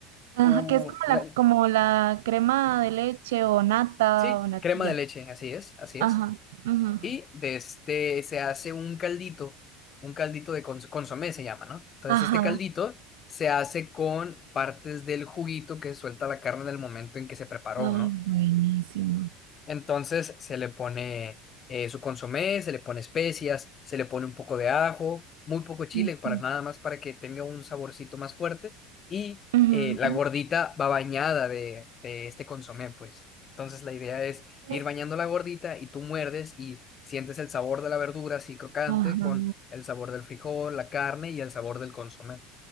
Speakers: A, on the right; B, on the left.
A: Ajá,
B: u-
A: que es como
B: la-
A: la, como la crema de leche o nata
B: sí,
A: o natilla.
B: crema de leche, así es, así
A: Ajá.
B: es.
A: ujú.
B: Y de este se hace un caldito, un caldito de cons- consomé se llama, ¿no? Entonces,
A: Ajá.
B: este caldito se hace con partes del juguito que suelta la carne en el momento en que se preparó,
A: Ay,
B: ¿no?
A: buenísimo.
B: Entonces se le pone eh, su consomé, se le pone especias, se le pone un poco de ajo, muy poco chile,
A: Ujú.
B: para nada más para que tenga un saborcito más fuerte. Y
A: Ujú.
B: eh, la gordita va bañada de, de este consomé, pues. Entonces la idea es ir
A: Es-
B: bañando la gordita y tú muerdes y sientes el sabor de la verdura así crocante
A: Ajá.
B: con el sabor del frijol, la carne y el sabor del consomé.